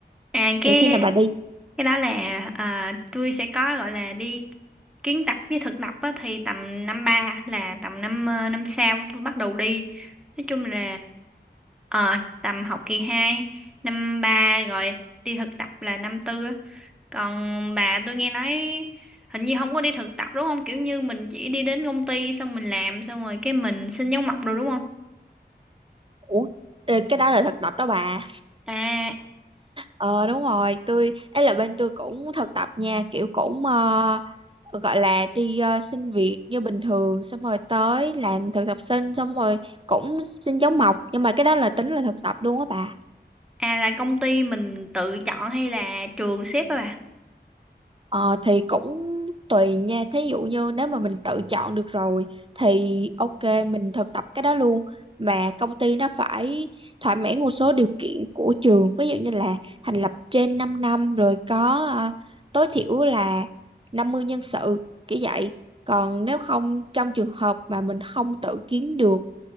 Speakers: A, in the centre; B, on the right.
A: À cái
B: thì khi nào bà đi
A: cái đó là à, tôi sẽ có gọi là đi kiến tập với thực tập á, thì tầm năm ba là tầm năm ờ, năm sau tôi bắt đầu đi nói chung là ờ, tầm học kỳ 2 năm ba rồi đi thực tập là năm tư á. còn bà tôi nghe nói hình như không có đi thực tập đúng không kiểu như mình chỉ đi đến công ty xong mình làm xong rồi cái mình xin dấu mộc rồi đúng không
B: ủa ờ, cái đó là thực tập đó bà
A: à
B: Ờ đúng rồi, tôi ấy là bên tôi cũng thực tập nha, kiểu cũng ờ, gọi là đi ờ, xin việc như bình thường xong rồi tới làm thực tập sinh xong rồi cũng xin dấu mộc nhưng mà cái đó là tính là thực tập luôn á bà.
A: à là công ty mình tự chọn hay là trường xếp á bà
B: Ờ, thì cũng tùy nha, thí dụ như nếu mà mình tự chọn được rồi thì ok mình thực tập cái đó luôn mà công ty nó phải thỏa mãn một số điều kiện của trường ví dụ như là thành lập trên 5 năm rồi có ờ, tối thiểu là 50 nhân sự kiểu vậy còn nếu không trong trường hợp mà mình không tự kiếm được